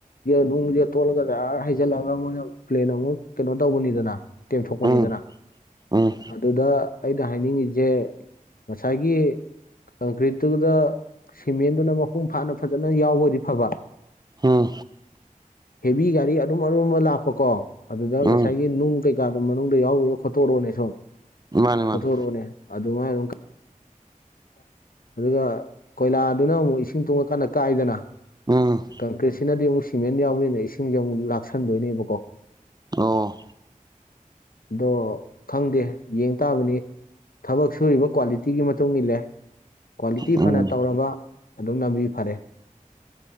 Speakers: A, on the left; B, on the right.
A: ꯅꯨꯡꯁꯦ ꯇꯣꯠꯂꯒ ꯑꯥꯔ ꯍꯩꯖꯜꯂꯛꯑꯒ ꯃꯣꯏꯅ ꯄ꯭ꯂꯦꯟ ꯑꯃꯨꯛ ꯀꯩꯅꯣ ꯇꯧꯕꯅꯤꯗꯅ ꯇꯦꯝꯊꯣꯛꯄꯅꯤꯗꯅ
B: ꯎꯝ ꯎꯝ
A: ꯑꯗꯨꯗ ꯑꯩꯅ ꯍꯥꯏꯅꯤꯡꯉꯤꯁꯤ ꯦ ꯉꯁꯥꯏꯒꯤ ꯀꯪꯀ꯭ꯔꯤꯠꯇꯨꯗ ꯁꯤꯃꯦꯟꯗꯨꯅ ꯃꯄꯨꯡ ꯐꯥꯅ ꯐꯖꯅ ꯌꯥꯎꯕꯗꯤ ꯐꯕ
B: ꯍꯣꯏ
A: ꯍꯦꯚ ꯒꯥꯔꯤ ꯑꯗꯨꯔꯨꯝ ꯑꯔꯨꯝꯕ ꯂꯥꯛꯄ ꯀꯣ ꯑꯗꯨꯗ
B: ꯎꯝ
A: ꯉꯁꯥꯏꯒꯤ ꯅꯨꯡ ꯀꯩꯀꯥꯗꯨ ꯃꯅꯨꯡꯗ ꯌꯥꯎꯕ ꯈꯣꯠꯇꯣꯔꯣꯅꯦ ꯁꯨꯝ
B: ꯃꯥꯅꯤ
A: ꯈꯣꯊꯣꯔꯛꯑꯣꯅꯦ
B: ꯃꯥꯅꯤ
A: ꯑꯗꯨꯃꯥꯏ ꯑꯗꯨꯝ ꯑꯗꯨꯒ ꯀꯣꯏꯂꯥꯗꯨꯅ ꯑꯃꯨꯛ ꯏꯁꯤꯡ ꯇꯣꯡꯉꯀꯥꯟꯗ ꯀꯥꯏꯗꯅ
B: ꯑꯣ
A: ꯀꯪꯀ꯭ꯔꯤꯠꯁꯤꯅꯗꯤ ꯑꯃꯨꯛ ꯁꯤꯃꯦꯟ ꯌꯥꯎꯕꯅꯤꯅ ꯏꯁꯤꯡꯁꯦ ꯑꯃꯨꯛ ꯂꯥꯛꯁꯟꯗꯣꯏꯅꯦꯕꯀꯣ
B: ꯑꯣ
A: ꯑꯗꯣ ꯈꯪꯗꯦ ꯌꯦꯡ ꯇꯥꯕꯅꯤ ꯊꯕꯛ ꯁꯨꯔꯤꯕ ꯀ꯭ꯋꯥꯂꯤꯇꯤꯒꯤ ꯃꯇꯨꯡ ꯏꯜꯂꯦ ꯀ꯭ꯋꯥꯂꯤꯇꯤ
B: ꯎꯝ
A: ꯐꯅ ꯇꯧꯔꯕ ꯑꯗꯨꯝ ꯅꯝꯕꯤ ꯐꯔꯦ